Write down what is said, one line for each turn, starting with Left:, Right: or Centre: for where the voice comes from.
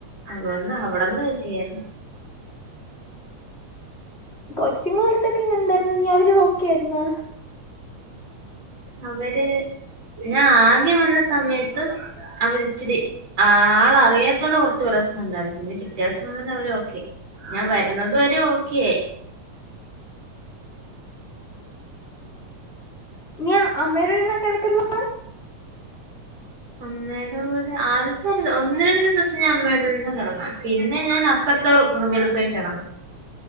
Right: അതുകൊണ്ട് അവിടന്ന് കിട്ടിയായിരുന്നു
Left: കൊച്ചുങ്ങള്‍ടെ എടുത്ത് ഒക്കെ എങ്ങനെ ഇണ്ടാരുന്നു നീയും അവരും ഓക്കെയായിരുന്നോ?
Right: അവര് ഞാൻ ആദ്യം വന്ന സമയത്ത് അവരിച്ചിരി ആൾ അറിയാത്തോണ്ട് കുറച്ച് പ്രശ്നംണ്ടായിരുന്നു പിന്നെ പിറ്റേ ദിവസം മുതൽ അവര് ഓക്കെ ആയി ഞാൻ വരുന്നത് വരെ ഓക്കെ ആയി
Left: നീ അമ്മേടെ കൂടെ ആണോ കിടക്കുന്നത്?
Right: അമ്മടെ കൂടെ ആദ്യത്തെ ഒരു ഒന്ന് രണ്ട് ദിവസം ഞാൻ അമ്മേടെ കൂടെ കെടന്നു പിന്നെ ഞാൻ അപ്പുറത്തെ റൂമില് പോയി കെടന്നു